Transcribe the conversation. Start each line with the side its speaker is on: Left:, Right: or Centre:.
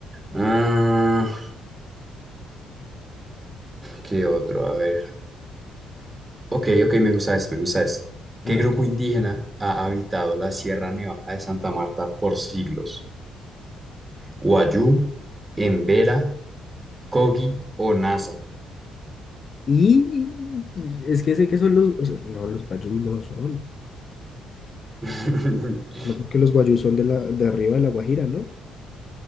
Right: Ah, ¿qué otro? A ver. Ok, ok, me gusta ese, me gusta ese. ¿Qué
Left: A ver.
Right: grupo indígena ha habitado la Sierra Nevada de Santa Marta por siglos? Guayú, Embera, Kogi o Nasa.
Left: Y es que sé que son los, o sea, no, los guayú no son,
Right: <laughs>
Left: no porque los guayú son de la, de arriba de la Guajira, ¿no?